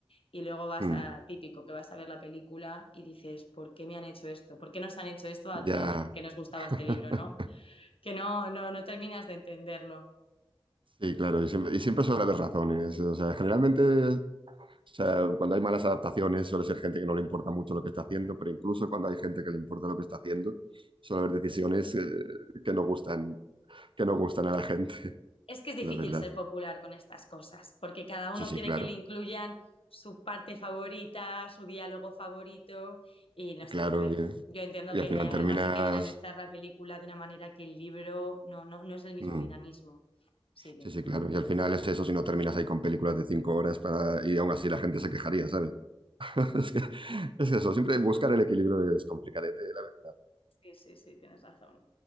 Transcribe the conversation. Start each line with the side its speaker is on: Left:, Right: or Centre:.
Left: y luego vas
Right: mm,
Left: a típico, que vas a ver la película y dices, ¿por qué me han hecho esto? ¿Por qué nos han hecho esto a
Right: ya.
Left: todos los que nos gustaba
Right: <laughs>
Left: este libro, no? Que no, no, no terminas de entenderlo.
Right: Sí, claro, y siempre, y siempre suele haber razones. O sea, generalmente, o sea, cuando hay malas adaptaciones, suele ser gente que no le importa mucho lo que está haciendo, pero incluso cuando hay gente que le importa lo que está haciendo, suele haber decisiones eh, que no gustan, que no gustan a la gente, <laughs>
Left: Es que es difícil
Right: la verdad.
Left: ser popular con estas cosas, porque cada
Right: Sí,
Left: uno
Right: sí,
Left: quiere
Right: claro,
Left: que le incluyan su parte favorita, su diálogo favorito, y no se
Right: claro.
Left: puede.
Right: Y,
Left: Yo entiendo
Right: y
Left: que
Right: al final
Left: además
Right: terminas.
Left: hay que dinamizar la película de una manera que el libro no, no, no es el mismo
Right: mm,
Left: dinamismo. Sí, tienes
Right: sí, sí,
Left: razón.
Right: claro. Y al final es eso, si no terminas ahí con películas de cinco horas para, y aún así la gente se quejaría, ¿sabes? <laughs> Es que- es eso, siempre buscar el equilibrio es complicadete, la verdad.
Left: Sí, sí, sí, tienes razón.